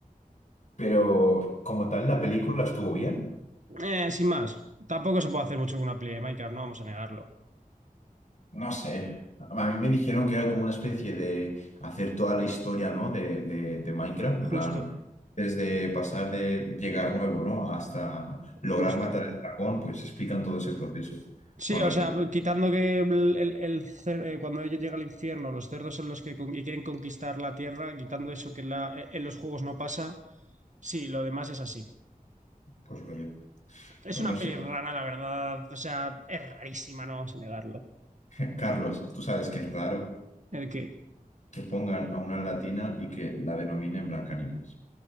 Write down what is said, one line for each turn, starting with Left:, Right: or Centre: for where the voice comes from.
Left: Pero como tal, la película estuvo bien.
Right: Eh, sin más, tampoco se puede hacer mucho con una peli de Minecraft, no vamos a negarlo.
Left: No sé, a mí me dijeron que era como una especie de hacer toda la historia, ¿no? de, de- de Minecraft, en
Right: Justo,
Left: plan, desde pasar de llegar nuevo, ¿no? Hasta lograr
Right: justo.
Left: matar al dragón, pues explican todo ese proceso con
Right: Sí, o
Left: referencia.
Right: sea, quitando que el, el- el cer- eh, cuando ella llega al infierno, los cerdos son los que con- y quieren conquistar la tierra, quitando eso que en la- eh, en los juegos no pasa, sí, lo demás es así.
Left: Pues vaya,
Right: Es
Left: pues
Right: una
Left: no sé,
Right: peli rara, la verdad. O sea, es rarísima, no vamos a negarlo.
Left: <laughs> Carlos, tú sabes que es raro
Right: El que,
Left: que pongan a una latina y que la denominen Blancanieves.